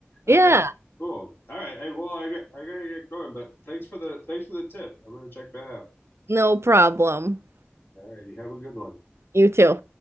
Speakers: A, on the left; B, on the right.
A: Uh,
B: Yeah,
A: cool. All right. Hey, well, I got I gotta get going, but thanks for the thanks for the tip. I'm gonna check that out.
B: no problem.
A: All righty. Have a good one.
B: You too.